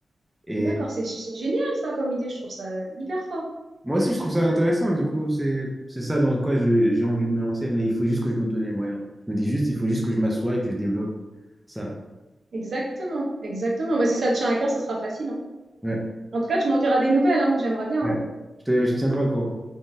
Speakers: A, in the centre; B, on the right.
A: Et
B: D'accord. C'est c'est génial, ça, comme idée. Je trouve ça hyper fort.
A: moi aussi, je trouve ça intéressant. Du coup, c'est c'est ça dans quoi je- j'ai envie de me lancer. Mais il faut juste que je me donne les moyens. Je me dis juste, il faut juste que je m'assoie et que je développe ça.
B: Exactement. Exactement. Bah, si ça te tient à cœur, ça sera facile. hein.
A: Ouais.
B: En tout cas, tu m'en diras des nouvelles. hein. J'aimerais bien.
A: Ouais.
B: hein.
A: Je te, je te tiendrai au courant.